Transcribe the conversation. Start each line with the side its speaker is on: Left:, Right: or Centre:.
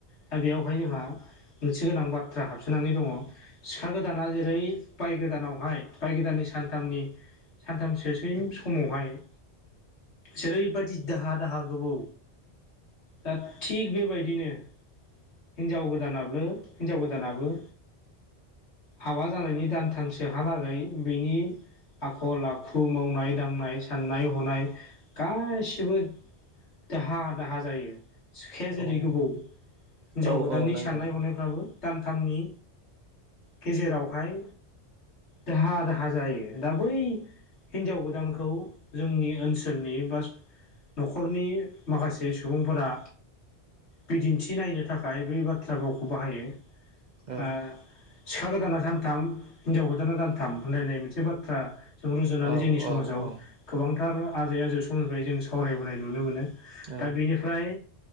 Left: दा बेयावहाय जोंहा मोनसे गोनां बाथ्रा हाबसोनानै दङ। सिखा गोदाना जेरै बाय गोदानावहाय बाय गोदाननि सानथामनि सानथामससो सोय समावहाय जेरैबायदि दाहा दाहा गोबौ दा थिग बेबायदिनो हिनजाव गोदानाबो हिनजाव गोदानाबो हाबा जानायनि दानथामसेहालागै बिनि आखल आखु मावनाय दांनाय साननाय हनाय गासिबो दाहा दाहा जायो। सिखाया जेरै
Right: औ नंगौ
Left: गोबौ हिनजाव
Right: औ
Left: गोदाननि
Right: औ नंगौ
Left: साननाय हनायफ्राबो दानथामनि गेजेरावहाय दाहा दाहा जायो दा बै हिनजाव गोदानखौ जोंनि ओनसो -- सोलनि बा न'खरनि माखासे सुबुंफोरा बिदिन्थि नायनो थाखाय बै बाथ्रा भावखौ बाहायो
Right: औ
Left: ओ सिखा गोदाना सानथाम हिनजाव गोदाना दानथाम होनलायनाय मोनसे बाथ्रा जों रुजुनानै
Right: औ
Left: जोंनि समाजाव
Right: औ औ
Left: गोबांथार आजै आजौ समनिफ्राय जों सावरायबोनाय नुनो मोनो। दा
Right: औ
Left: बिनिफ्राय